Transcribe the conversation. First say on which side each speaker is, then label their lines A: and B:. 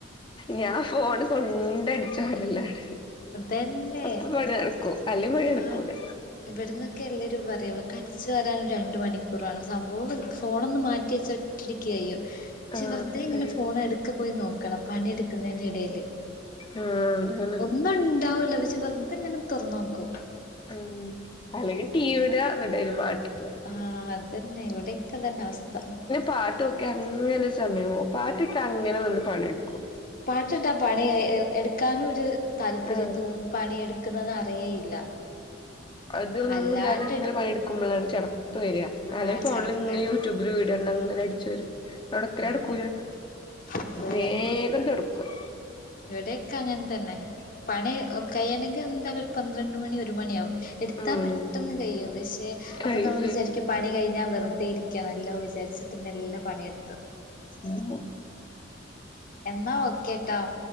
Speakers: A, on the left; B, on the left.
A: ഞാൻ ഫോണ് കൊണ്ട് അടിച്ചു വോരല്ലാണ്.
B: ഇതന്നെ
A: അപ്പൊ പണി നടുക്കൂം അല്ല പണി നടക്കൂല്ല.
B: ആഹ് ഇവിടന്നൊക്കെ എല്ലരും പറയു ഇവക്ക് അടിച്ചു വരാാനൻ രണ്ട് മണിക്കൂറാണ് സംഭവം ഫോണ്. ഒന്ന് മാറ്റി വെച്ച <unintelligible>
A: ആഹ്
B: വെറുതെ ഇങ്ങനെ
A: ശരി
B: ഫോൺ എടുക്ക് പോയി നോക്കണം പണിയെടുക്കുന്നതിന്റെ ഇടയിൽ. ൾ
A: ആ ആതണ്.
B: ഒന്നും ഉണ്ടാവൂല്ല പക്ഷെ വെറത്തെ ങ്ങനെ തുറന്നു നോക്കും.
A: ഉ അല്ലെങ്കിൽ ടിവി നട്ട് ന്നട്ട് അയില് പാട്ട് ഇട
B: ആഹ അതന്നെ ഇവിടെക്കെ തന്നെ അവസ്ഥ.
A: പാട്ടൊക്കെ അങ്ങനെ സമയമോ പാട്ടൊക്കെ അങ്ങനെ വന്ന് പണി എടുക്കും.
B: പാട്ടിട്ടാ പണി എടുക്കാനും ഒരു താല്പര്യം
A: ആഹ്
B: തോന്നും. പണിയെടുക്കുന്നത് അറിയേയില്ല.
A: അതൊന്നും
B: അല്ലാണ്ട്
A: ഇല്ലാതെ ഇങ്ങനെ
B: എടുക്കുമ്പോ
A: പണി എടുക്കുമ്പോഴാണ് ചെടപ്പ് വര
B: ആഹ്
A: അലേകിൽ ഫോണിൽ
B: ചടപ്പ്
A: ഇങ്ങനൊ
B: വരും
A: യു ട്യൂബിൽ വീടണ്ട അങ്ങനെ അടിചോരും. തോടകൽ നടുക്കൂല
B: എന്താണ് അതെ
A: വേക്കാം തോട്ക്കും.
B: വിടെക്കെ അങ്ങനെ തന്നെ. പണി കഴണെങ്കിൽ എന്താലും ഒരു പന്ത്രണ്ട് മണി ഒരു മണിയാവും. എടുത്താൽ
A: ഉം
B: പെട്ടെന്ന് കഴിയും പക്ഷെ
A: കഴിയും
B: അപ്പൊ നമ്മൾ വിചാരിക്കും. പണി കഴിഞ്ഞാൽ വെറുതെ ഇരിക്കാം നല്ലോ വിചാരിച്ചിട്ട് മോല്ല പണിയെടുത്തു
A: ഉം
B: എന്നാ ഓക്കെ ട്ടോ